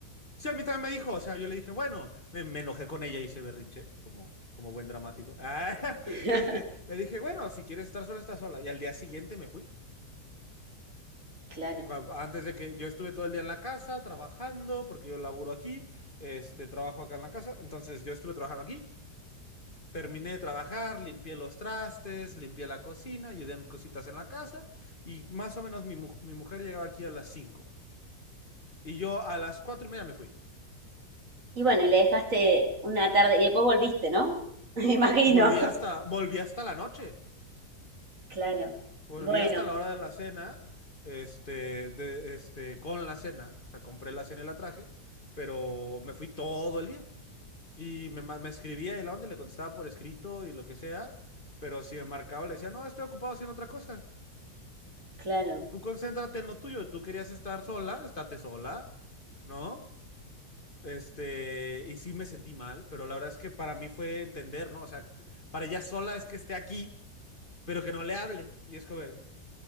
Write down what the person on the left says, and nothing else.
Sí, a mí también me dijo, o sea, yo le dije, bueno, me, me enojé con ella y se berrinche, como, como buen dramático. <laughs> Ah,
este, le dije, bueno, si quieres estar sola, está sola. Y al día siguiente me fui.
cua- Antes de que yo estuve todo el día en la casa trabajando, porque yo laburo aquí, este, trabajo acá en la casa, entonces yo estuve trabajando aquí, terminé de trabajar, limpié los trastes, limpié la cocina, ayudé en cositas en la casa y más o menos mi, mu- mi mujer llegaba aquí a las 5 y yo a las cuatro y media me fui.
Volví hasta, volví hasta la noche,
volví
hasta la hora de la cena, este, de, este, con la cena, o sea, compré la cena y la traje, pero me fui todo el día. Y me, ma- me escribía y la onda y le contestaba por escrito y lo que sea, pero si me marcaba le decía, no, estoy ocupado haciendo otra cosa.
Tú concéntrate en lo tuyo, tú querías estar sola, estate sola, ¿no? Este, y sí me sentí mal, pero la verdad es que para mí fue entender, ¿no? O sea, para ella sola es que esté aquí, pero que no le hable. Y es como, de-